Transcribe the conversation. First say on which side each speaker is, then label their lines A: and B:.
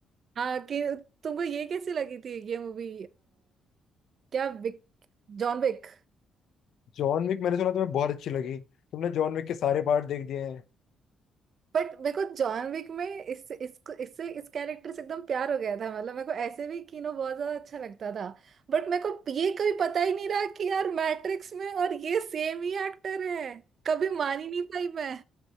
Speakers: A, on the right; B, on the left.
A: हाँ कि तुमको ये कैसी लगी थी ये मूवी क्या विक जॉन विक
B: John Wick मैंने सुना तुम्हें बहुत अच्छी लगी तुमने जॉन विक के सारे पार्ट देख दिए हैं
A: बट मेरे को जॉन विक में इस इसको इससे इस कैरेक्टर से एकदम प्यार हो गया था मतलब मेरे को ऐसे भी कीनो बहुत ज्यादा अच्छा लगता था बट मेरे को ये कभी पता ही नहीं रहा कि यार मैट्रिक्स में और ये सेम ही एक्टर है कभी मान ही नहीं पाई मैं